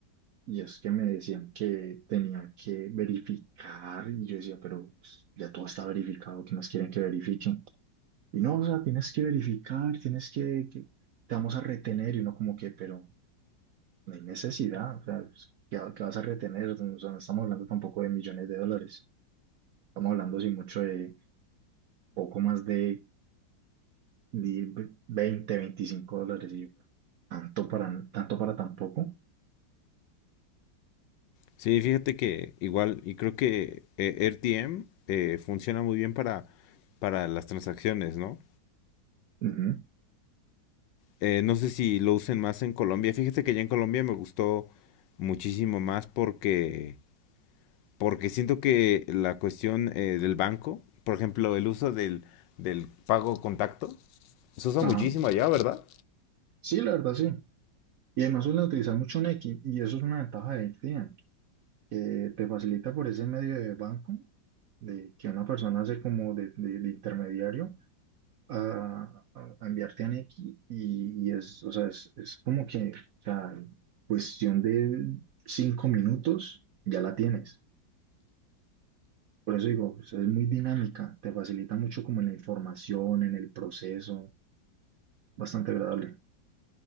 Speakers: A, on the right; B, on the left.
A: y es que me decían que tenía que verificar y yo decía, pero pues, ya todo está verificado, ¿qué más quieren que verifique? Y no, o sea, tienes que verificar, tienes que, que- te vamos a retener y uno como que, pero no hay necesidad, o sea, pues, ¿qué, qué vas a retener? O sea, no estamos hablando tampoco de millones de dólares, estamos hablando sin mucho de poco más de, di- 20, 25 dólares y yo, tanto para, tanto para tampoco.
B: Sí, fíjate que igual, y creo que eh, RTM eh, funciona muy bien para, para las transacciones, ¿no?
A: Ujú.
B: Eh, no sé si lo usen más en Colombia. Fíjate que ya en Colombia me gustó muchísimo más porque porque siento que la cuestión eh, del banco, por ejemplo, el uso del, del pago contacto, se usa
A: Ajá.
B: muchísimo allá, ¿verdad?
A: Sí, la verdad sí. Y además suelen utilizar mucho Nequi y eso es una ventaja de AirTM, que te facilita por ese medio de banco de que una persona hace como de, de- de intermediario a, a- a enviarte a Nequi y, y es, o sea, es, es como que, o sea, en cuestión de cinco minutos ya la tienes. Por eso digo, o sea, es muy dinámica, te facilita mucho como en la información, en el proceso, bastante agradable.